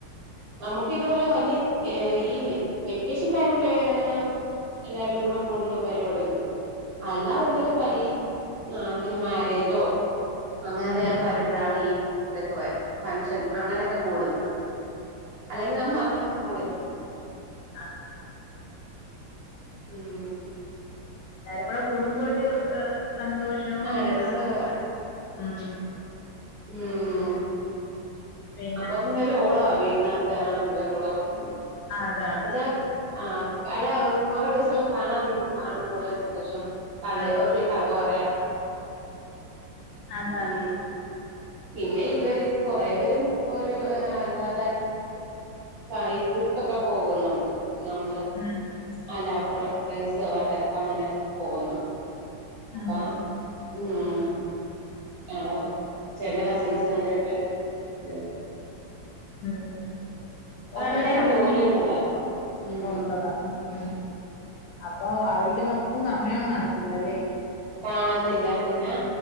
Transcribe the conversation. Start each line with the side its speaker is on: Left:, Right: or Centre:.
Right: നമുക്ക് ഇതുപോലെ വലിയ ഈ വെക്കേഷൻ ടൈമിൽ അങ്ങനെ എല്ലാരും കൂടെ കൂടുന്ന <unintelligible> അല്ല അതെന്തേലും പരി ആഹ് എന്തേ മാരേജോ അങ്ങനെ എന്തെലുമൊക്കെ
Left: ഉം
Right: വരുമ്പോഴാണ് ഈ ഇതൊക്കെ ഫൻഷൻ അങ്ങനെയൊക്കെ കൂടുന്നത് അല്ലെങ്കിൽ നമ്മൾ അങ്ങനെ ഒന്ന് കൊടുക്കുന്നു
Left: ആഹ്
Right: ഉം
Left: എല്ലാരും കൂടെ കൂടുമ്പോ ഒരു സന്തോഷവും
Right: ആ
Left: പിന്നെ
Right: രസവാ
Left: കാണുമ്പ ഉം
Right: ഉം
Left: പിന്നെ
Right: അപ്പൊ പിന്നൊരു ഓളവ വീടന്നാത്തെ ആളും ബഹളവും
Left: അതെ അതെ
Right: വച്ചാ ആഹ് അല്ല കൊറെ ദിവസങ്ങൾ കാണാതിരിക്ക കാണുമ്പോള്ള സന്തോഷം കഥ
Left: സന്തോഷം
Right: ഒത്തിരി കഥ പറയാന
Left: അതെ
Right: ഉം
Left: അതെ
Right: പിന്നെ ഇവര് കൊറെവരും ഒരു അല്ലാതെ പയ് ട്രിപ്പൊക്കെ പോകുന്ന്ണ്ട് ഞമ്മള്
Left: ഉം
Right: അല്ലാവരെ ഫ്രണ്ട്സ്സൊട്ടക്കെ അങ്ങനെ പോകുന്നുണ്ട് അപ്പ
Left: ഉം
Right: ഉം ആടോ ചെല കസിൻസ് ഒന്ന് രണ്ട് പേര് ഉം
Left: ഉം പ്പാഅങ്ങനെ
Right: അവർക്കെല്ലാർക്കും
Left: അവിടെ
Right: ജോലി
Left: ബിൽ
Right: ഉള്ളതാ ഉം
Left: ക്കൊള്ളതാ ഉം അപ്പൊ അവരിക്കൊന്നും ഒട്ടും സമയോം കാണത്തില്ലല്ലെ
Right: കാണത്തില്ല പിന്നെ